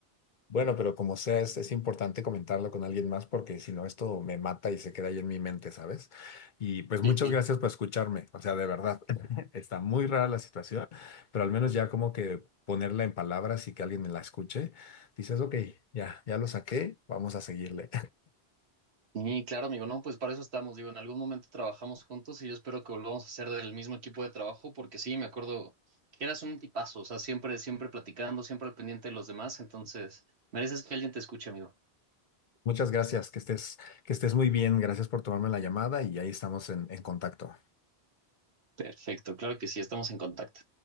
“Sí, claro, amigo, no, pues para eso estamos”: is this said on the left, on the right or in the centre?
Right